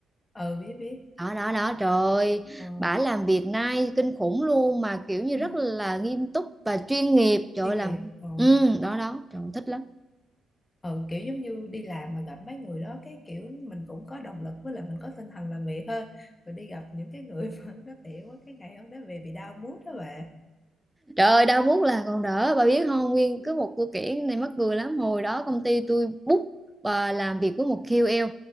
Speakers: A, on the left; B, in the centre.
A: Ờ, biết biết
B: đó đó đó trời ơi,
A: ờ
B: bả làm việc nay kinh khủng luôn mà kiểu như
A: ừ,
B: rất là nghiêm túc và chuyên nghiệp trời
A: chuyên
B: ơi, làm
A: nghiệp ờ
B: ừ đó đó trời ơi, thích lắm
A: ờ kiểu giống như đi làm mà gặp mấy người đó cái kiểu mình cũng có động lực với lại mình có tinh thần làm việc hơn rồi đi gặp những cái người <laughs> mà nó tiểu quá cái ngày hôm đó về bị đau mood đó bà
B: Trời ơi, đau muốt là còn đỡ bà biết không Nguyên cứ một câu kể này mắc cười lắm hồi đó công ty tôi book và làm việc với một kiu eo